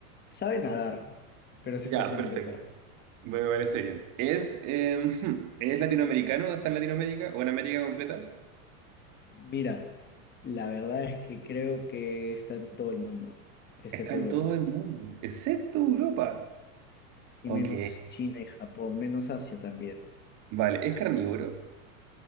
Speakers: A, on the left; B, on the right.
A: sabe nadar, pero es
B: Ya,
A: exclusivamente
B: perfecto.
A: terrestre.
B: Me parece bien. ¿Es, eh, hmm, <laughs> ¿es latinoamericano? ¿Está en Latinoamérica o en América completa?
A: Mira, la verdad es que creo que está en todo el mundo, excepto
B: Está en
A: Europa,
B: todo el mundo, excepto Europa.
A: y
B: Ok.
A: menos China y Japón, menos Asia también.
B: Vale, ¿es carnívoro?
A: Sí.